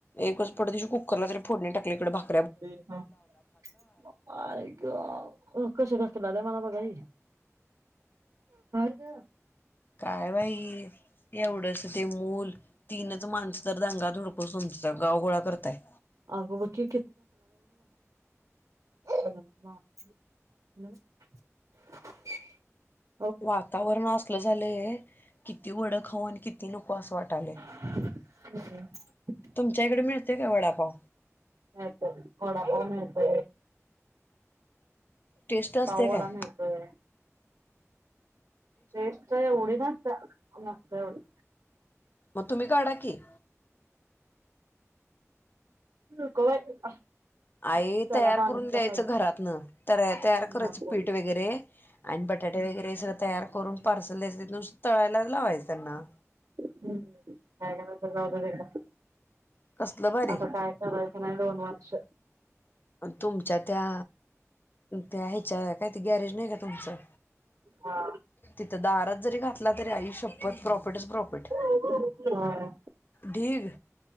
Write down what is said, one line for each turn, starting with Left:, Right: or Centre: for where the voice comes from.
Left: एकच पट दिशी कुकरला जरी फोडनी टाकली इकडं भाक
Right: ए थांब आई ग कस ढकलल्या मला बघा काय गं?
Left: काय बाई एवढंस ते मूल तीनच माणसं तर दांगा धुडकूस पतं संस्था गावगोळा करताय.
Right: अगं बघ की ह <unintelligible>
Left: वातावरण असलं झालंय, किती वड खाऊ आणि किती नको असं वाटलंय
Right: होम् <unintelligible> <inaudible>
Left: तुमच्या इकडे मिळतय का वडापाव?
Right: मिळतो, वडापाव मिळतो
Left: टेस्ट असते
Right: पाव वडा
Left: काय
Right: मिळतोय. टेस्ट एवढी नसत्या नसत्या एवढी
Left: मग तुम्ही काडा की
Right: नको बाई
Left: आई
Right: त्याला
Left: तयार
Right: माणूसला
Left: करून द्यायचं
Right: पाहिजे
Left: घरातन, तयार करायचं
Right: नको.
Left: पीठ वगैरे आणि ब बटाटे वगैरे, सगळं तयार करून पार्सल द्यायच तिथंन नुसत तळायलाच लावायचं त्यांना.
Right: हम्म काय नई बाई जाऊदे तिकड <unintelligible>
Left: कसलं भारी
Right: आता काय करायच नाही दोन वर्ष
Left: तुमच्या त्या, त्या ह्याच्या काय ते गॅरेज नाही काय तुमचं
Right: हा.
Left: तिथं दारात जरी घातला तरी आई शपथ प्रॉफिटच प्रॉफिट
Right: होय
Left: ढीग